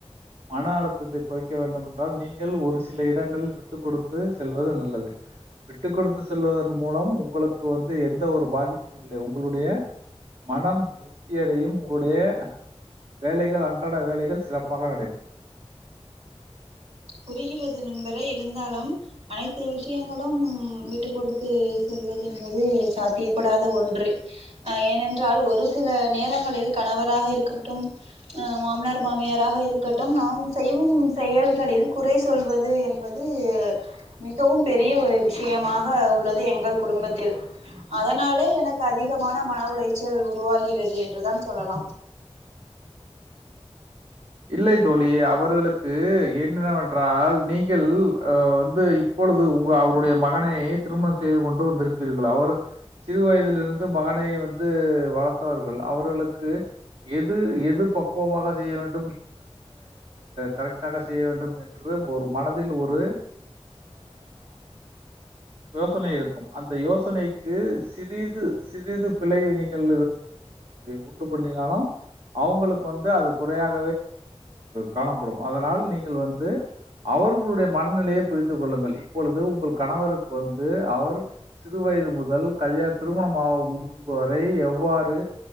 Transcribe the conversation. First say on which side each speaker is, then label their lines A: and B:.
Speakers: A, on the right; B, on the right.
A: மன அழுத்தத்தை குறைக்க வேண்டுமென்றால் நீங்கள் ஒரு சில இடங்களில் விட்டு கொடுத்து செல்வது நல்லது விட்டுக்கொடுத்து செல்வதன் மூலம் உங்களுக்கு வந்து எந்த ஒரு பாதிப்பும் இல்லை உங்களுடைய மனம் திருப்தியடையும் உங்களுடைய வேலைகள் அன் நடட வேலைகள் சிறப்பாக நடைபெறும்
B: புரிகிறது நண்பரே இருந்தாலும் அனைத்து விஷயங்களும் விட்டு கொடுத்து செல்வது என்பது சாத்தியப்படாத ஒன்று ஹ ஏனென்றால் ஒரு சில நேரங்களில் கணவராக இருக்கட்டும் அஹ் மாமனார் மாமியாராக இருக்கட்டும் நாம் செய்வும் செயல்களில் குறை சொல்வது என்பது மிகவும் பெரிய ஒரு விஷயமாக உள்ளது எங்கள் குடும்பத்தில் அதனாலே எனக்கு அதிகமான மன உளைச்சல் உருவாகிறது என்றுதான் சொல்லலாம்
A: இல்லை தோழி அவர்களுக்கு என்னென்னவென்றால் நீங்கள் அஹ் வந்து இப்பொழுது உங்க அவருடைய மகனை திருமணம் செய்து கொண்டு வந்திருப்பீர்கள் அவர் சிறு வயதிலிருந்து மகனை வந்து வளர்த்தவர்கள் அவர்களுக்கு எது எது பக்குவமாக செய்ய வேண்டும் கரெக்டாக செய்ய வேண்டும் என்று ஒரு மனதில் ஒரு யோசனை இருக்கும் அந்த யோசனைக்கு சிறிது சிறிது பிழை நீங்கள் உண்டு பண்ணினாலும் அவங்களுக்கு வந்து அது குறையாக காணப்படும் அதனால் நீங்கள் வந்து அவர்களுடைய மனநிலையை புரிந்து கொள்ளுங்கள் இப்பொழுது உங்கள் கணவருக்கு வந்து அவர் சிறு வயது முதல் கல்யாண திருமணம்மாகும் முன்பு வரை எவ்வாறு